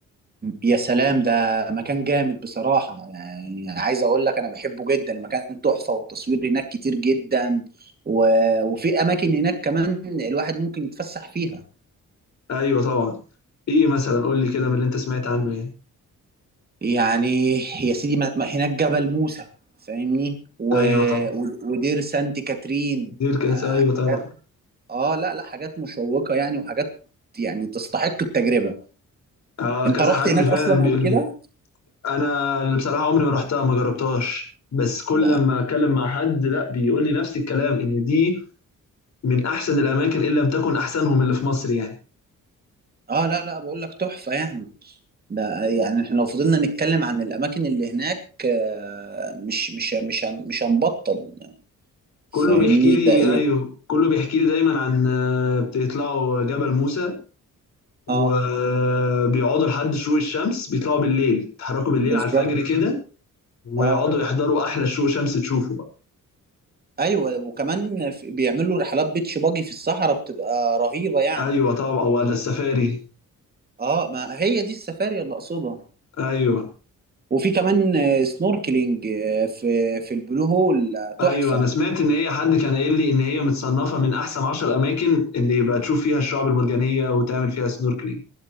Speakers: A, on the right; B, on the left.
A: يا سلام ده مكان جامد بصراحة يعني عايز اقول لك انا بحبه جدا المكان تحفة والتصوير هناك كتير جدا و... وفي اماكن هناك كمان الواحد ممكن يتفسح فيها
B: ايوه طبعا ايه مثلا قول لي كده من اللي انت سمعت عنه يعني
A: يعني يا سيدي ما- ما- هناك جبل موسى فاهمني و...
B: ايوه طبعا
A: و- ودير سانت كاترين
B: دير كاس ايوه طبعا
A: حاجات اه لا لا حاجات مشوقة يعني وحاجات يعني تستحق التجربة
B: اه
A: انت
B: كذا
A: رحت
B: حد
A: هناك
B: فعلا
A: اصلا
B: بيقول
A: قبل كده
B: لي انا اللي بصراحه عمري ما رحتها ما جربتهاش بس كل
A: لا
B: لما اتكلم مع حد لا بيقول لي نفس الكلام ان دي من احسن الاماكن ان لم تكن احسنهم اللي في مصر يعني
A: اه لا لا بقول لك تحفة يعني ده يعني احنا لو فضلنا نتكلم عن الاماكن اللي هناك آه، مش مش مش هن- مش هنبطل
B: كله
A: فاهمني
B: بيحكي لي
A: ده ايه
B: ايوه كله بيحكي لي دايما عن آه، بتطلعوا جبل موسى وبيقعدوا
A: اه
B: لحد شروق الشمس بيطلعوا بالليل يتحركوا بالليل
A: بالظبط
B: على الفجر كده ويقعدوا
A: اه
B: يحضروا احلى شروق شمس تشوفه بقى
A: ايوه وكمان في- بيعملوا رحلات بيتش باجي في الصحراء بتبقى رهيبة يعني
B: ايوه طبعا أو ولا السفاري
A: اه ما هي دي السفاري اللي اقصدها
B: ايوه
A: وفي كمان آه، سنوركلينج آه، في في البلو هول آه، تحفة
B: ايوه انا سمعت ان هي حد كان قايل لي ان هي متصنفه من احسن 10 اماكن ان يبقى تشوف فيها الشعاب المرجانيه وتعمل فيها سنوركلينج